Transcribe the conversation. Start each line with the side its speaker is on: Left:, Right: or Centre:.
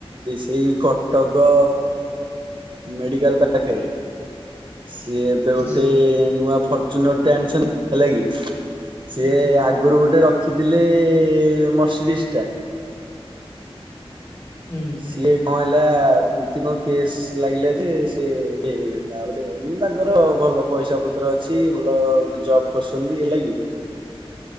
Right: ସେଇ କଟକ ମେଡିକାଲ ପାଇଁ। ପାଖରେ। ସିଏ ଏବେ
Left: ହୁଁ
Right: ଗୋଟେ ନୂଆ ଫର୍ଚୁନର୍ ଟେ ଆଣିଛନ୍ତି ହେଲା କି। ସିଏ
Left: ହୁଁ
Right: ଆଗରୁ ଗୋଟେ ରଖ ରଖିଥିଲେ ମର୍ସିଡିସ୍ ଟା।
Left: ହୁଁ
Right: ସିଏ କ ହେଲା ଏମିତି କଣ କେସ୍ ଲାଗିଲା ଯେ ସେ ହେଇଗଲେ ତାପରେ ମାନେ ତାଙ୍କର ଭଲ ପଇସା ପତ୍ର ଅଛି ଭଲ ଜବ କରୁଛନ୍ତି ହେଲାଗି।